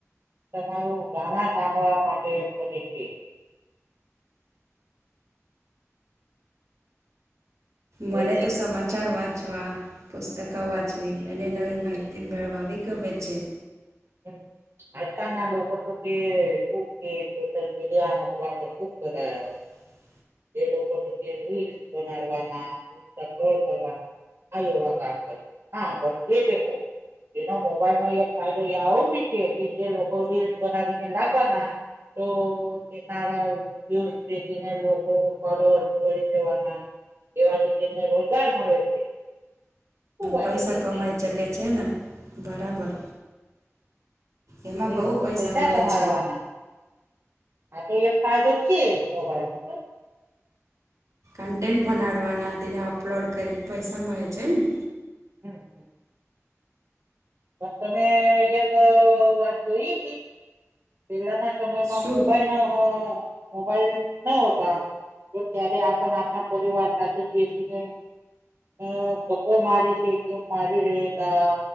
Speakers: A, on the right; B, on the right.
A: -તમારું ગાના સાંભળવા માટે છે. મ્યુઝિક
B: મને તો સમાચાર વાંચવા- પુસ્તકો વાંચવી અને નવી માહિતી મેળવવી ગમે છે.
A: હમ્મ. આજકાલના લોકો, તો તે ખૂબ કે સોશલ મીડિયાનો વાપર ખૂબ કરે.
B: <inaudible>
A: એ લોકો તો, રીલ્સ બનાડવાના રીલ અપલોડ કરવાના. આ એવા કામ કરતા, હા પણ એ દેખો તેનો મોબાઈલ નો એક ફાય- -જો આવું બી છે, જે લોકો રીલ્સ બનાવીને લાખવાના તો- કે, તારા રીલ્સ દેખીને લોકો ફોલોઅર્સ બઢી જવાના. એવાથી તેમને રોજગાર મળે છે. શું વાટે
B: પૈસા
A: તમને
B: કમાઈ શકે છે ને બરાબર. એમાં
A: એ
B: બઉ
A: લોકો
B: પૈસા મળે
A: કમાડવાના
B: છે.
A: આ તો એક ફાયદો છે ને મોબાઈલનો.
B: કન્ટેન્ટ ભનાડવાના તેને અપલોડ કરીને પૈસા મળે છે ને.
A: <inaudible> પણ તમે એક વાત જોઈ કે પેલાના સમયમાં
B: શું
A: મોબાઈલ. મોબાઈલ નો હોતા. તો ત્યારે આપણ આપના પરિવાર સાથે બેસીને. હ, કપ્પો મારી છે કે મારી રે તા.